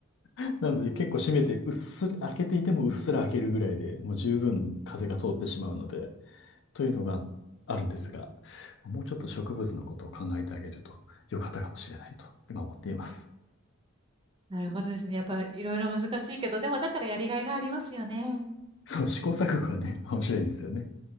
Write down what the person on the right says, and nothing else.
なるほどですね。やっぱいろいろ難しいけど、でもだからやりがいがありますよね。